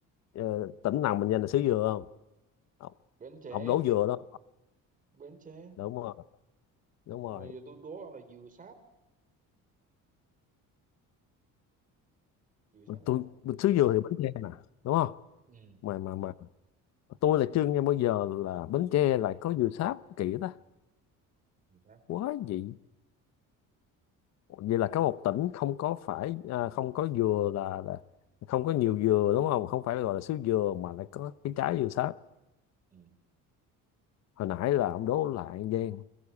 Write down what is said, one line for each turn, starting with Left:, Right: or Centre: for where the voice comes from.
Left: ờ, tỉnh nào mình danh là xứ dừa không ông,
Right: Bến Tre
Left: ông đổ dừa đó
Right: Bến Tre
Left: đúng rồi đúng rồi
Right: nhưng mà giờ tôi đố ông là dừa sáp dừa sáp nha
Left: tôi xứ dừa thì Bến Tre nè đúng không
Right: ừ
Left: mà mà mà tôi là chưa nghe bao giờ là Bến Tre lại có dừa sáp kỳ ta
Right: dừa sáp
Left: quá dị vậy là có một tỉnh không có phải à, không có dừa là, là không có nhiều dừa đúng không không phải là gọi là xứ dừa mà lại có cái trái dừa sáp
Right: Ừ.
Left: hồi nãy là ông đố là An Giang